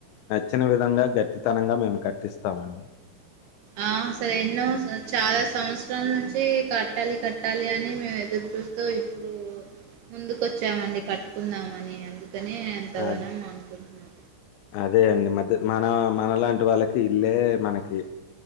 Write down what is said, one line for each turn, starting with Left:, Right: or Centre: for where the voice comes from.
Left: నచ్చిన విధంగా గట్టితనంగా మేము కట్టిస్తామం
Right: ఆ సరే ఎన్నో స చాలా సంవత్సరాల నుంచి కట్టాలి కట్టాలి అని మేము ఎదురు చూస్తూ ఇప్పుడు ముందుకు ఓచ్చామండి కట్టుకుందామని అందుకని ఎంతగానో
Left: అ
Right: అనుకుంటున్నా
Left: అదే అండి మధ్య మన మన లాంటి వాళ్ళకి ఇల్లే మనకి